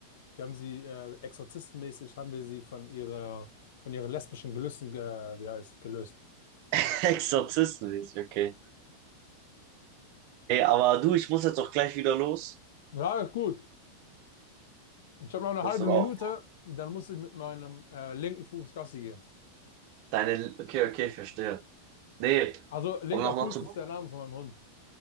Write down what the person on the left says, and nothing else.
Wir haben sie äh, exorzistenmäßig, haben wir sie von ihrer, von ihren lesbischen Gelüsten, äh, wie heißt, gelöst.
Ja, gut. Ich habe noch eine
halbe
Minute,
dann muss ich mit meinem äh, linken Fuß Gassi gehen.
Also linker
Fuß
ist der Name von meinem Hund.